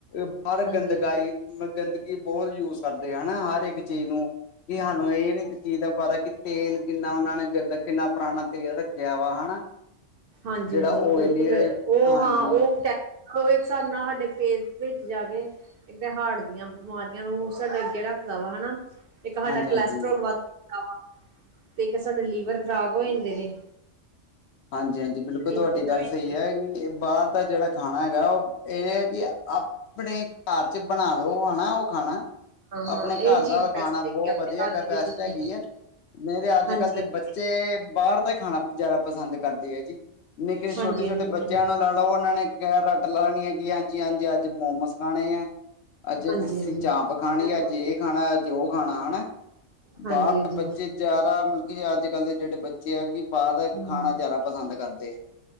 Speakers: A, on the left (about 65°); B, on the right (about 60°).
A: ਬਾਹਰ
B: ਹਾਂਜੀ
A: ਗੰਦਗਾਈ ਗੰਦਗੀ ਬਹੁਤ ਯੂਜ ਕਰਦੀ। ਹਨਾ ਹਰ ਇੱਕ ਚੀਜ਼ ਨੂੰ ਕਿ ਸਾਨੂੰ ਇਹਨ ਚੀਜ਼ ਦਾ ਪਤਾ ਕਿ। ਤੇਲ ਕਿੰਨਾ ਉਹਨਾ ਨੇ ਗੰਦਾ ਕਿੰਨਾ ਪੁਰਾਣਾ ਤੇਲ ਰੱਖਿਆ ਵਾ ਹਨਾ।
B: ਹਾਂਜੀ
A: ਜਿਹੜਾ
B: ਹਾਂਜੀ
A: ਉਹ
B: ਬਿਲਕੁਲ
A: ਇਹ ਲਈ ਹਾਂਜੀ।
B: ਉਹ ਹਾਂ ਉਹ ਉਹ ਇੱਕ ਹਿਸਾਬ ਨਾਲ ਸਾਡੇ ਪੇਜ ਭ ਜਾਗੇ। ਇੱਕ ਤਾਂ ਹਾਰਟ ਦੀਆਂ ਬਿਮਾਰੀਆਂ ਨੂੰ ਸਾਡੇ ਅੱਗੇ ਰੱਖਦਾ ਵਾ ਹਨਾ। ਇੱਕ
A: ਹਾਂਜੀ-ਹਾਂਜੀ।
B: ਸਾਡਾ ਕੋਲੈਸਟਰੋਲ ਵੱਧ ਜਾਂਦਾ ਵਾ ਤੇ ਇੱਕ ਸਾਡੇ ਲੀਵਰ ਖ਼ਰਾਬ ਹੋ ਜਾਂਦੇ ਨੇ।
A: ਹਾਂਜੀ ਹਾਂਜੀ ਬਿਲਕੁਲ
B: ਇਹ
A: ਤੁਹਾਡੀ
B: ਚੀਜ਼ਾਂ
A: ਗੱਲ
B: ਹਾਂ
A: ਸਹੀ ਹੈ ਬਾਹਰ ਦਾ ਜਿਹੜਾ। ਖਾਣਾ ਹੈਗਾ ਉਹ ਇਹ ਹੈ ਕਿ ਆਪਣੇ ਘਰ ਚ ਬਣਾ ਲੋ ਹੈਾ ਉਹ ਖਾਣਾ।
B: ਹਾਂ
A: ਆਪਣੇ
B: ਇਹ
A: ਘਰ
B: ਚੀਜ਼
A: ਦਾ ਖਾਣਾ
B: ਬੈਸਟ
A: ਬਹੁਤ
B: ਹੈਗੀ ਆਪਣੇ
A: ਵਧੀਆ
B: ਘਰ
A: ਹੈਗਾ ਬੈਸਟ
B: ਦੇ ਵਿੱਚ
A: ਹੈਗੀ ਆ। ਨਹੀਂ ਤੇ ਅੱਜ
B: ਹਾਂਜੀ
A: ਕੱਲ ਦੇ ਬੱਚੇ ਬਾਹਰ ਤਾਂ ਹੀ ਖਾਣਾ ਜ਼ਿਆਦਾ ਪਸੰ। ਪਸੰਦ ਕਰਦੇ ਹੈ ਜੀ ਨਿੱਕੇ ਛੋਟੇ
B: ਹਾਂਜੀ
A: ਛੋਟੇ
B: ਹਾਂਜੀ ਬਿਲਕੁਲ
A: ਬੱਚਿਆਂ ਨੂੰ ਲਾ ਲਓ ਉਹਨਾਂ ਨੇ ਕ ਰੱਟ ਲਾਣੀ ਹੈ। ਾਂ ਹਾਂਜੀ ਹਾਂਜੀ ਅੱਜ ਮੋਮੋਸ ਖਾਣੇ ਆ ਅੱਜ
B: ਹਾਂਜੀ
A: ਅਸੀਂ
B: ਹਾਂਜੀ
A: ਚਾਪਂ। ਖਾਣੀ ਅੱਜ ਇਹ ਖਾਣਾ ਅੱਜ ਉਹ ਖਾਣਾ ਹਨਾ
B: ਹਾਂਜੀ
A: ਬਾਹਰ
B: ਹਾਂਜੀ
A: ਬੱਚੇ ਜਾਰਾਂ। ਕਿ ਅੱਜ ਕੱਲ੍ਹ ਦੇ ਜਿਹੜੇ ਬੱਚੇ ਆ ਕਿ ਬਾਹਰ ਦਾ
B: ਹਮ
A: ਖਾਣਾ ਜ਼ਿਆਦਾ ਪਸੰਦ ਕਰਦੇ ਆ।